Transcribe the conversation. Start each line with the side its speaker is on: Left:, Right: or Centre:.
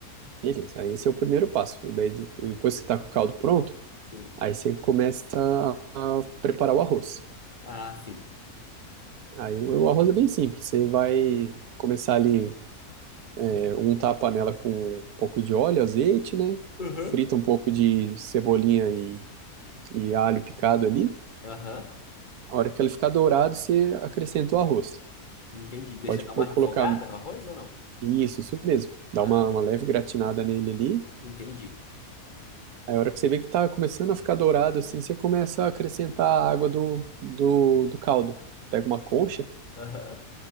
Right: Beleza, aí esse é o primeiro passo. Daí depois que tá com o caldo pronto,
Left: Sim.
Right: aí você começa a preparar o arroz.
Left: Ah, sim.
Right: Aí o, o arroz é bem simples, você vai começar ali, é, untar a panela com um pouco de óleo, azeite, né?
Left: Aham.
Right: Frita um pouco de cebolinha e e alho picado ali.
Left: Aham.
Right: A hora que ele ficar dourado, você acrescenta o arroz.
Left: Entendi. Deixa
Right: Pode
Left: dar
Right: pô-
Left: uma refogada
Right: colocar
Left: no arroz ou não?
Right: isso, isso mesmo. Dá
Left: Ah,
Right: uma, uma leve gratinada nele ali.
Left: entendi.
Right: Aí a hora que você vê que tá começando a ficar dourado assim, você começa a acrescentar a água do, do, do caldo. Pega uma concha,
Left: Aham.